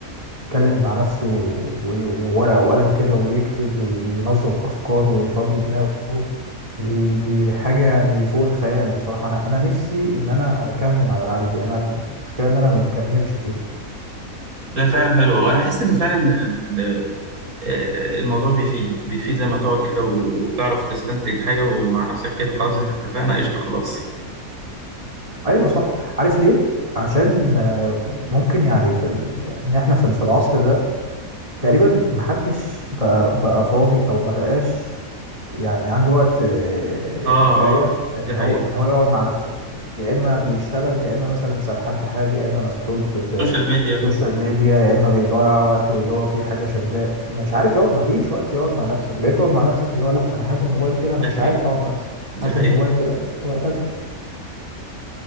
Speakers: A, on the right; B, on the right.
A: يتكلم مع نفسه و- و- وورقه وقلم كده ويكتب وي... وينظم افكاره ويفضي دماغه دي دي حاجه يعني فوق الخيال بصراحه انا انا نفسي ان انا اكمل على العاده دي انا المشكله ان انا ما بكملش فيها
B: لا فعلا حلو وانا احس ان فعلا من- آه، الموضوع بيفيد بيفيد لما تقعد كده و- وتعرف تستنتج حاجه ومع نفسك كده خلاص
A: مم.
B: احنا اتفقنا قشطه خلاص
A: ايوه صح عارف ليه عشان آه، ممكن يعني في ال... ان احنا في في العصر ده تقريبا محدش بقى, بقى فاضي او ما بقاش يعني عنده وقت آه،
B: اه
A: كفاية
B: اه
A: ان
B: دي حقيقه
A: هو ان هو يقعد مع نفسه يا اما بيشتغل يا اما مثلا سرحان في حاجة يا اما مسحول في في
B: السوشيال ميديا
A: السوشيال ميديا يا اما بيضيع وقته اللي هو في حاجة شداه مش عارف يقعد ما فيش وقت يقعد مع نفسك بتقعد مع نفسك اللي هو لا انا هات الموبايل كده انا
B: دي
A: مش
B: حقيقه
A: عارف اقعد مع نفسي
B: دي
A: هات
B: حقيقه
A: الموبايل كده وهكذا